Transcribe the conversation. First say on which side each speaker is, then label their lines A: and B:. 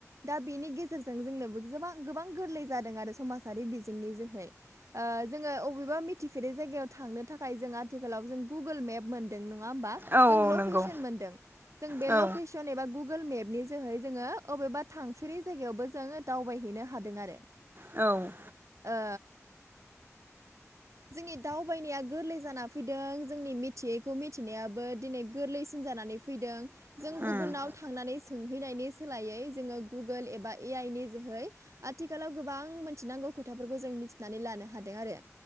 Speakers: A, on the right; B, on the right.
A: दा बेनि गेजेरजों जोंनोबो गोबां गोबां गोरलै जादों आरो समाजारि बिजोंनि जोहै ओ जोङो बबेबा मिथिफेरै जायगायाव थांनो थाखाय जों आथिखालाव जों गुगोल मेप मोन नङा होमबा
B: औ
A: जों
B: औ
A: लकेसन
B: नंगौ
A: मोनदों जों बे
B: औ
A: लकेस न एबा गुगोल मेपनि जोहै जोङो अबेबा थांफेरै जायगायावबो जोङो दावबायहैनो हादों आरो
B: औ
A: ओ जोंनि दावबायनाया गोरलै जाना फैदों जोंनि मिथियैखौ मिथिनायाबो दिनै गोरलैसिन जानानै फैदों जों
B: उम
A: गुबुनाव थांनानै सोंहैनायनि सोलायै जोङो गुगोल एबा ए आइ नि जोहै आथिखालाव गोबां मोनथिनांगौ खोथाफोरखौ जों मिथिनानै लानो हादों आरो